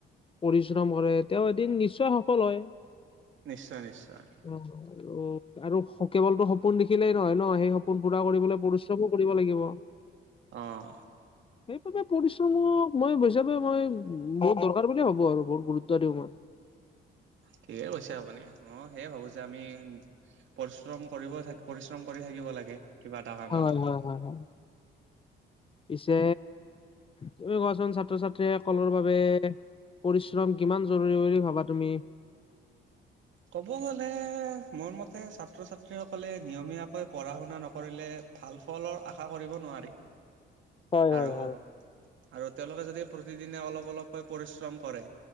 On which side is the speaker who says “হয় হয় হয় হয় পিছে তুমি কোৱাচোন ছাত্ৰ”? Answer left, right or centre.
Left